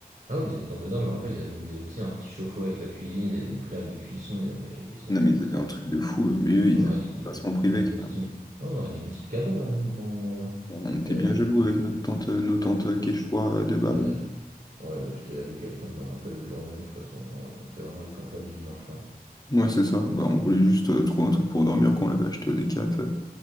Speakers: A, on the right (about 70°); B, on the left (about 25°).
A: Ah oui, mais ils avaient une tente de dingue, je me rappelle, ils avaient même des, tu sais, un petit chauffe-eau avec la cuisine, ils avaient des plaques de cuisson, ils avaient, ils avaient,
B: Non, mais ils
A: ils
B: avaient
A: avaient...
B: un truc de fou, euh, mais eux ils
A: On aurait
B: avaient un
A: dit, lim-
B: placement privé
A: on a dit,
B: carrément.
A: limite une- ouais, on aurait dit une petite cabane, hein, limite, hein, euh,
B: On était
A: c'est
B: bien
A: la taille
B: jaloux
A: d'une petite...
B: avec notre tente, euh, nos tentes euh, quechua
A: ouais,
B: à deux balles.
A: la tête- Voilà, j'étais à Decathlon, je me rappelle le jour même, je sais pas ce qu'on on était vraiment les campeurs du dimanche, quoi.
B: Ouais, c'est ça. Bah, on voulait juste euh, trouver un truc pour dormir quand on l'avait acheté au D4.